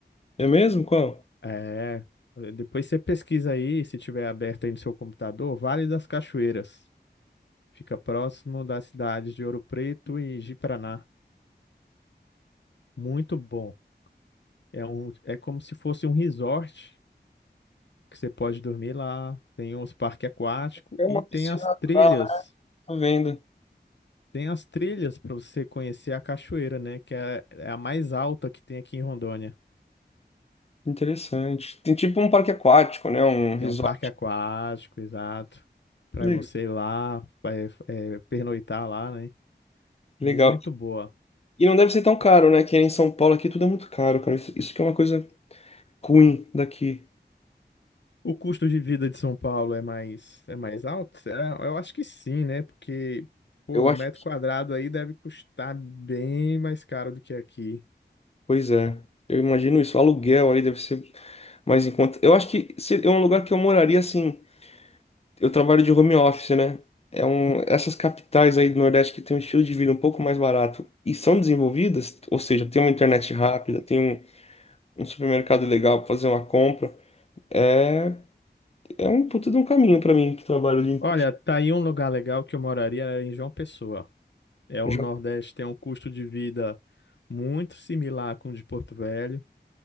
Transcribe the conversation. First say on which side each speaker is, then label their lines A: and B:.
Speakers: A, on the left (about 35°); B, on the left (about 80°).
A: É mesmo? Qual?
B: É, eh, depois você pesquisa aí, se tiver aberto aí no seu computador, Vale das Cachoeiras. Fica próximo das cidades de Ouro Preto e Ji-Paraná. Muito bom. É um, é como se fosse um resort que você pode dormir lá. Tem uns parques aquáticos
A: É uma
B: e tem
A: piscina
B: as
A: natural,
B: trilhas.
A: né? Tô vendo.
B: Tem as trilhas para você conhecer a cachoeira, né? Que é, é a mais alta que tem aqui em Rondônia.
A: Interessante. Tem tipo um parque aquático, né? Um resort.
B: Tem um parque aquático, exato. Para
A: Le-
B: você ir lá, é, é, pernoitar lá, né?
A: Legal.
B: Muito boa.
A: E não deve ser tão caro, né? Que é em São Paulo aqui tudo é muito caro, cara. Isso, isso que é uma coisa ruim daqui.
B: O custo de vida de São Paulo é mais, é mais alto? Será? Eu acho que sim, né? Porque, pô,
A: Eu
B: um
A: acho.
B: metro quadrado aí deve custar bem mais caro do que aqui.
A: Pois é. Eu imagino isso. O aluguel ali deve ser mais em conta. Eu acho que se- é um lugar que eu moraria assim. eu trabalho de home office, né? É um, essas capitais aí do Nordeste que tem um estilo de vida um pouco mais barato e são desenvolvidas, ou seja, tem uma internet rápida, tem um, um supermercado legal para fazer uma compra. É, é um puta de um caminho para mim que trabalho ali.
B: Olha, tá aí um lugar legal que eu moraria era em João Pessoa. É o
A: em
B: Nordeste, tem um custo de vida muito similar com o de Porto Velho.